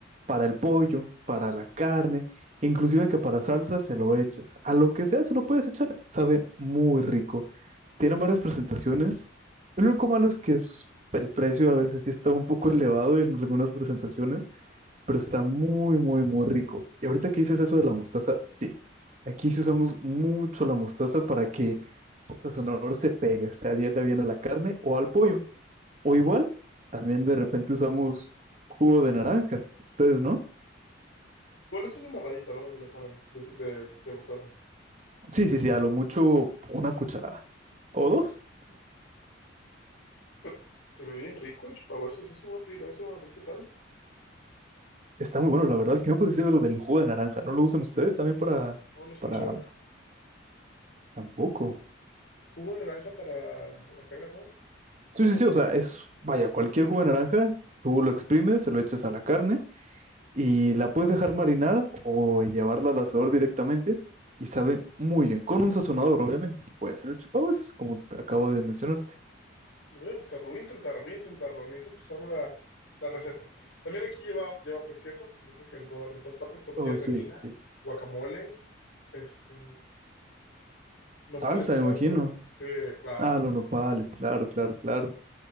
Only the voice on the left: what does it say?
Igual es una embarradita, ¿no? Lo que le ponen de, so, de, de mostaza.
Pues se ve bien rico el chupahuesos. Sí, se voy a pedir eso, a ver qué tal.
No, no he escuchado.
¿Jugo de naranja para la carne asada?
Voy a buscarlo, voy a intentar, voy a intentarlo. Mientras pasarme la, la receta. También aquí lleva, lleva pues queso. Yo creo que en, to- en todas partes tortillas
de
harina,
guacamole, este, nopales
asados
a veces. Sí, claro.